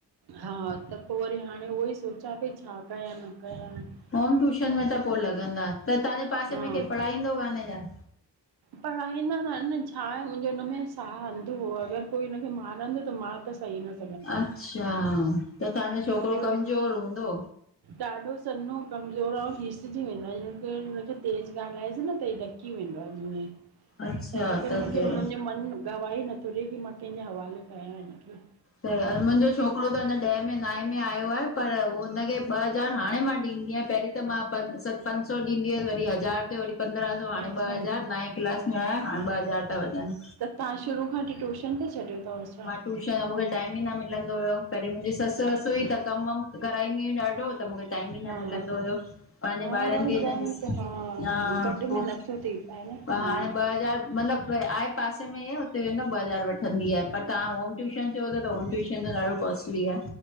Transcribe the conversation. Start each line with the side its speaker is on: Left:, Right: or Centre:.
Right: हा त पो वरी हाणे उओ ई सोचां पई छा कया न कया।
Left: होम टूशन में त पो लॻंदा त तांजे पासे
Right: हा
Left: में के पढ़ाईंदो काने छा?
Right: पढ़ाईंदा त आयन न छाये मुंजो हुन में साह अंधो हो अगर कोई हुनखे मारंदो त मां त सही नां
Left: अच्छा त तांॼो छोकरो
Right: वरी
Left: कमज़ोर
Right: उहे
Left: हूंदो।
Right: ॾाढो सन्नो कमज़ोर ऐं घिसजी वेंदो आ हुनखे तेज़ ॻालाएजे न त हे ॾकी वेंदो आ। त
Left: अच्छा
Right: हिन करे
Left: त
Right: मूंखे मुंजो मन। गवाह नथो ॾे की मां कैंजे हवाले कंया हिनखे।
Left: त मुंजो छोकरो त अञा ॾह में नाए में आयो आये पर हुनखे ॿ हज़ार हाणे मां ॾींदी आयां पैरीं पैरीं त मांं सत पंज सौ ॾींदी हअस वरी हज़ार ते वरी। पंद्रहं सौ हाणे
Right: अच्छा
Left: ॿ हज़ार नाए क्लास में आया हाणे ॿ हज़ार ता वञन।
Right: तां शुरू खां वठी ट्यूशन ते छॾयो थव छा?
Left: टूशन मूंखे टाइम ई न मिलंदो होयो पैंरीं मुंजी सस ससई
Right: अच्छा
Left: त कम वम कराईंदी हुई ॾाढो त मूंखे टाइम ई
Right: हा
Left: न मिलंदो होयो। पांॼे
Right: हा
Left: ॿारन
Right: वरी
Left: खे न
Right: जॉइंट
Left: ॾिस हा
Right: गॾ
Left: पो
Right: में
Left: त
Right: नथो थी पाए न हा
Left: हाणे ॿ हज़ार मतलब। आहे पासे में ई हुते वेंदो ॿ हज़ार वठंदी आये पर तां होम ट्यूशन चयो ता त होम ट्यूशन त ॾाढो कॉस्टली आ